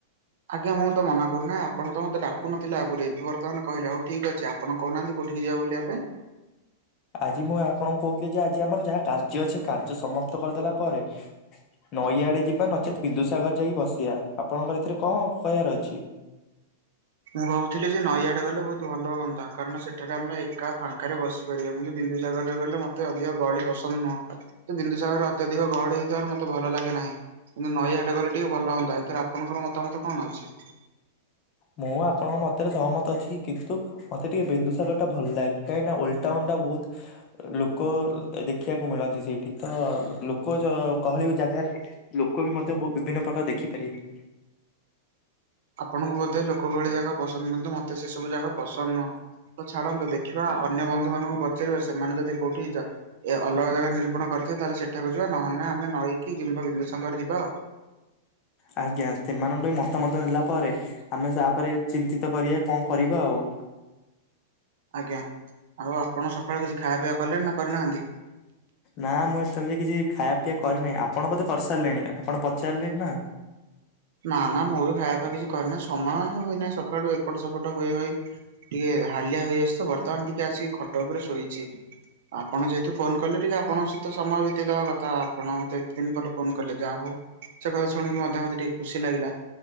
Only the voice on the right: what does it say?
ଆଜ୍ଞା ମୁଁ ତ ମନା କରୁନି ଆପଣ ତ ମୋତେ ଡାକୁନଥିଲେ ଆଗୁରୁ ଏବେ ବର୍ତ୍ତମାନ କହିଲେ ହଉ ଠିକ ଅଛି ଆ ଆପଣ କହୁ ନାହାନ୍ତି କୋଉଠିକି ଯିବା ବୁଲିବା ପାଇଁ?
ମୁଁ ଭାବୁଥିଲି ଯେ ନଈଆଡ଼େ ଗଲେ ବହୁତ ଭଲ ହଅନ୍ତା କାରଣ ସେଠାରେ ଆମେ ଏକା ଫାଙ୍କାରେ ବସିିକ କରିବା କିନ୍ତୁ ବିନ୍ଦୁସାଗରରେ ଗଲେ ମତେ ଅଧିକ ଗହଳି ପସନ୍ଦ ନୁହଁ। ତ ବିନ୍ଦୁସାଗର ଅତ୍ୟଧିକ ଗହଳି ହେଇଥିବାରୁ ମତେ ଭଲ ଲାଗେ ନାହିଁ। କିନ୍ତୁ ନଈଆଡ଼େ ଗଲେ ଟିକେ ଭଲ ହଅନ୍ତା ଏଥେରେ ଆପଣଙ୍କର ମତାମତ କଣ ଅଛି?
ଆପଣଙ୍କୁ ବୋଧେ ଲୋକ ଗହଳି ଜାଗା ପସନ୍ଦ କିନ୍ତୁ ମୋତେ ସେସବୁ ଜାଗା ପସନ୍ଦ ନୁହଁ। ତ ଛାଡ଼ନ୍ତୁ ଦେଖିବା ଅନ୍ୟ ବନ୍ଧୁ ମାନଙ୍କୁ ପଚାରିବା ସେମାନେ ଯଦି କୋଉଠି ଜା ଏ ଅଲଗା ଜାଗା ନିରୂପଣ କରିଥିବେ ତାହାଲେ ସେଠାକୁ ଯିବା ନହେଲେ ନାଇଁ ଆମେ ନଈକି କିମ୍ବା ବିନ୍ଦୁସାଗର ଯିବା ଆଉ।
ଆଜ୍ଞା ଆଉ ଆପଣ ସକାଳୁ କିଛି ଖାଇବା ପିଅ କଲେଣି ନା କରିନାହାନ୍ତି?
ନା ନା ମୁଁ ବି ଖାଇବା କିଛି କରିନାହିଁ ସମୟ ହି ହୋଇନାହିଁ ସକାଳୁ ଏପଟ ସେପଟ ଏ ହୋଇ ହୋଇ ଟିକେ ହାଲିଆ ହୋଇ ଆସିଚିତ ବର୍ତ୍ତମାନ ଟିକେ ଆସିକି ଖଟ ଉପରେ ଶୋଇଛି। ଆପଣ ଯେହେତୁ ଫୋନ କଲେ ଟିକେ ଆପଣଙ୍କ ସହିତ ସମୟ ବିତେଇଦବା କଥା ଆପଣ ମତେ ଏତେ ଦିନ ପରେ ଫୋନ କଲେ ଯାହା ହଉ। ସେ କଥା ଶୁଣିକି ମଧ୍ୟ ମତେ ଟିକେ ଖୁସି ଲାଗିଲା